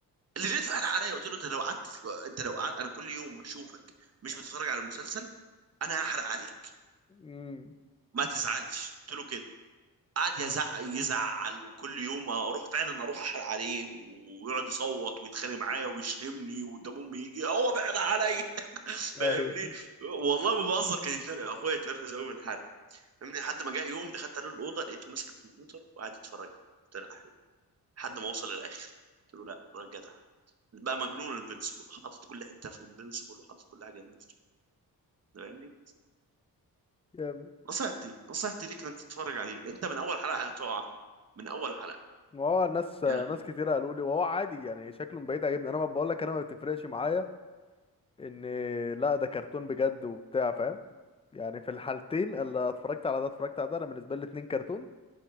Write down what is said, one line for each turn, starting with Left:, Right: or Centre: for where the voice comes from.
Right: اللي جيت قال عليا قلت له انت لو قعدت انت لو قعدت انا كل يوم هشوفك مش بتتفرج على المسلسل انا هحرق عليك
Left: امم
Right: ما تزعلش قلت له كده قعد يزعق يزعل وكل يوم اروح فعلا اروح احرق عليه ويقعد يصوت ويتخانق معايا ويشتمني وقدام امي يجي هو بعد عليا <laughs>
Left: اهي
Right: فاهمني والله ما بهزر كان يتنرفز اخويا يتنرفز قوي من الحرق فاهمني لحد ما جه يوم دخلت عليه الاوضه لقيته ماسك الكمبيوتر وقاعد يتفرج عليه قلت له لا حلو لحد ما اوصل للاخر قلت له لا راجع جدع بقى مجنون انفنسبل حاطط كل حته في انفنسبل وحاطط كل حاجه انفنسبل فاهمني
Left: جامد
Right: نصيحتي نصيحتي ليك انك تتفرج عليه انت من اول حلقه هتقع فيه من اول حلقه
Left: ما هو ناس ناس
Right: يعني
Left: كتير قالوا لي وهو عادي يعني شكله من بعيد عاجبني انا ما بقول لك انا ما بتفرقش معايا ان لا ده كرتون بجد وبتاع فاهم يعني في الحالتين اللي اتفرجت على ده اتفرجت على ده انا بالنسبه لي الاتنين كرتون